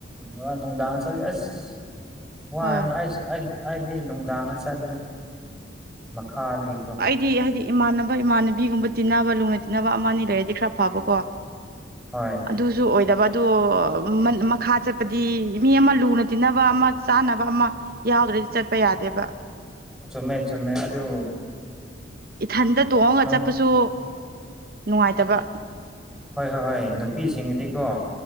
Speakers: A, in the centre; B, on the right.
A: ꯋꯥ ꯅꯣꯡꯗꯥ ꯆꯗꯤ ꯑꯁ ꯋꯥꯔꯝ
B: ꯍꯣꯏ
A: ꯑꯩꯁ ꯑꯩ ꯑꯩꯗꯤ ꯅꯨꯡꯗꯥꯡꯗ ꯆꯠꯕꯅꯤ ꯃꯈꯥꯗꯒꯤꯀꯣ
B: ꯗꯤ ꯍꯥꯏꯗꯤ ꯏꯃꯥꯟꯅꯕ ꯏꯃꯥꯟꯅꯕꯤꯒꯨꯝꯕ ꯇꯤꯟꯅꯕ ꯂꯨꯅ ꯇꯤꯟꯅꯕ ꯑꯃ ꯑꯅꯤ ꯂꯩꯔꯗꯤ ꯈꯔ ꯐꯕꯀꯣ
A: ꯍꯣꯏ
B: ꯑꯗꯨꯁꯨ ꯑꯣꯏꯗꯕ ꯑꯗꯣ ꯃꯟ ꯃꯈꯥ ꯆꯠꯄꯗꯤ ꯃꯤ ꯑꯃ ꯂꯨꯅ ꯇꯤꯟꯅꯕ ꯑꯃ ꯆꯥꯅꯕ ꯑꯃ ꯌꯥꯎꯗ꯭ꯔꯗꯤ ꯆꯠꯄ ꯌꯥꯗꯦꯕ
A: ꯆꯨꯝꯃꯦ ꯆꯨꯝꯃꯦ ꯑꯗꯨ
B: ꯏꯊꯟꯗ ꯇꯣꯡꯉꯒ
A: ꯍꯣꯏ
B: ꯆꯠꯄꯁꯨ ꯅꯨꯡꯉꯥꯏꯇꯕ
A: ꯍꯣꯏ ꯍꯣꯏ ꯍꯣꯏ ꯅꯨꯄꯤꯁꯤꯡꯒꯤꯗꯤꯀꯣ